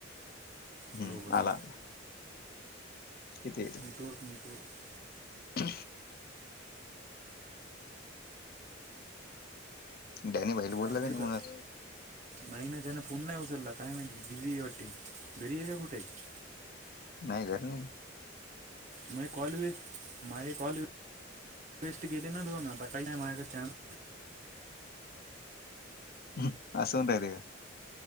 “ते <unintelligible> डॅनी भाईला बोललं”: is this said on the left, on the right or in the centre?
Left